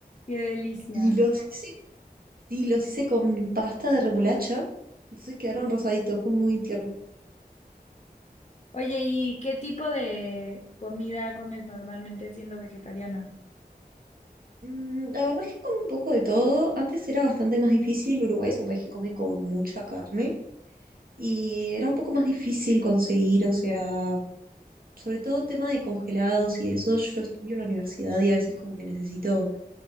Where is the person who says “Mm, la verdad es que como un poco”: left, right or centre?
Right